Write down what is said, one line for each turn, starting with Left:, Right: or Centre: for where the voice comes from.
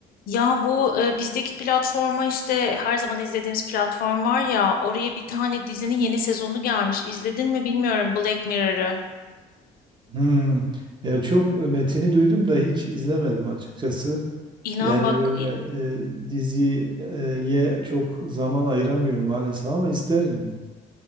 Left: Ya bu e, bizdeki platforma işte her zaman izlediğimiz platform var ya oraya bir tane dizinin yeni sezonu gelmiş. İzledin mi bilmiyorum Black Mirror'ı.
Right: Hmm. Ya çok e, metini duydum da hiç izlemedim açıkçası.
Left: İnan
Right: Yani
Left: bak
Right: böyle
Left: i-
Right: e, diziye çok zaman ayıramıyorum maalesef ama isterdim.